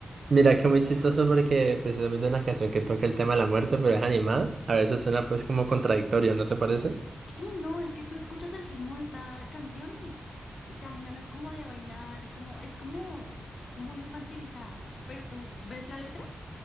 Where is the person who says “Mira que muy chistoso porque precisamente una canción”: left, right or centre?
Right